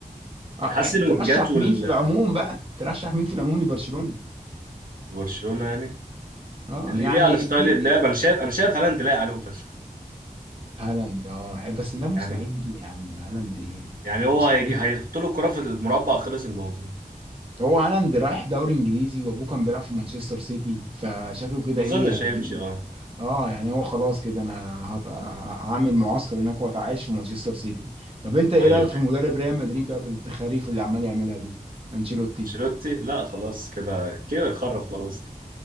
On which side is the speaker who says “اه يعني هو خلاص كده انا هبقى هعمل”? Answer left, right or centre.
Right